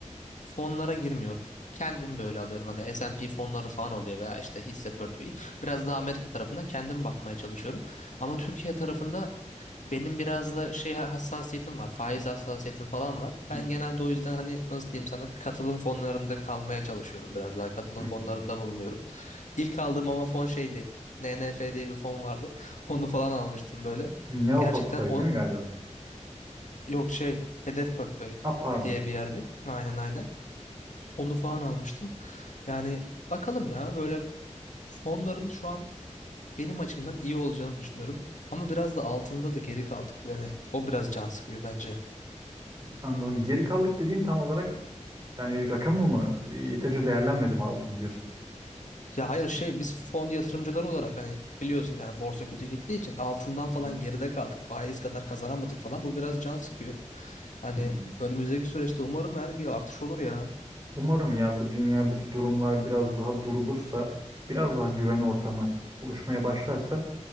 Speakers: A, on the left (about 80°); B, on the right (about 30°).
A: fonlara girmiyorum. Kendim böyle alıyorum. Hani S&P fonları falan oluyor veya işte hisse portföyü. Biraz daha Amerika tarafında kendim bakmaya çalışıyorum. Ama Türkiye tarafında benim biraz da şey hassasiyetim var. Faiz hassasiyetim falan var.
B: hı
A: Ben genelde o yüzden hani nasıl diyeyim sana katılım fonlarında kalmaya çalışıyorum. Biraz daha katılım
B: hı, hı
A: fonlarında
B: hı.
A: bulunuyorum. İlk aldığım ama fon şeydi. NNF diye bir fon vardı. <laughs> Onu falan almıştım böyle.
B: Neoportföy
A: Gerçekten o
B: değil mi galiba?
A: yok şey Hedef Portföy
B: Ah pardon.
A: diye bir yerde. Aynen aynen. Onu falan almıştım. Yani bakalım ya böyle fonların şu an benim açımdan iyi olacağını düşünüyorum. Ama biraz da altında da geri kaldık. Yani o biraz can sıkıyor bence.
B: Anladım. Geri kaldık dediğin tam olarak yani rakamı mı e, yeterince değerlenmedi mi altın diyorsun?
A: Ya hayır şey biz fon yatırımcıları olarak hani biliyorsun yani borsa kötü gittiği için altından
B: Hı
A: falan
B: hı,
A: geride kaldık. Faiz kadar kazanamadık falan. Bu biraz can sıkıyor. Hani
B: hı hı.
A: önümüzdeki süreçte umarım yani bir artış olur ya.
B: Umarım ya bu dünyadaki durumlar biraz daha durulursa, biraz daha güven ortamı oluşmaya başlarsa